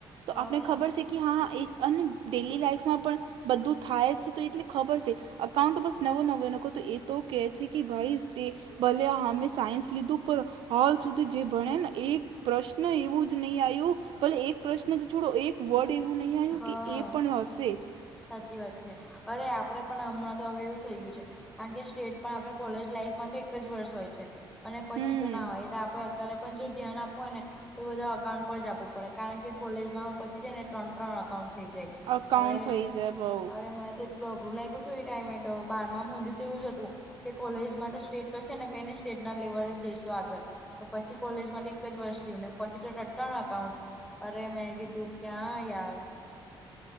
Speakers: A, on the right; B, in the centre.
A: તો
B: હા
A: આપણે
B: હા
A: ખબર શી કે હા એચ અન ડેલી લાઈફમાં પણ બધું થાય જ છે તો એટલે ખબર છે અકાઉન્ટ બસ નવો નવો નોકો તો એ તો કે છી કે ભાઈ સ્ટે ભલે હમે સાયન્સ લીધું, પણ હાલ સુધી જે ભણે ને એ પ્રશ્ન એવું જ નહીં આયુ, ભલે એક પ્રશ્ન તો છોડો એક વર્ડ એવું નઈ આયુ
B: હા
A: કે એ પણ હશે.
B: સાચી વાત છે. અરે આપણે પન હમણાં તો હવે એવું થઈ ગયું છે. કારણ કે સ્ટેટ પણ આપણે કોલેજ લાઈફ માટે એક જ વર્ષ હોય છે. અને પછી
A: હમ
B: તો ના હોય. એટલે આપણે અત- ત્યારે પન જો ધ્યાન આપવું હોય ને તો બધા અકાઉન્ટ પર જ આપવું પડે. કારણ કે કોલેજમાં હો પછી છે ને ત્રણ-ત્રણ અકાઉન્ટ થઈ જાય. હવે,
A: અકાઉન્ટ થઈ જાય બઉ
B: અરે મને તે ઐટલો અઘરું લાયગુ તું એ ટાઈમે ટો, બારમાંમ હુધી એવું જ હતું. કે કોલેજમાં તો સ્ટેટ તો છે ને, કંઈ નહીં. સ્ટેટ ના લેવલે જ જઈશું આગળ. તો પછી કોલેજ માટે એક જ વર્ષ રહ્યું. ને પછી તો ત્રણ-ત્રણ અકાઉન્ટ અરે મે કીધું કયાં યાર.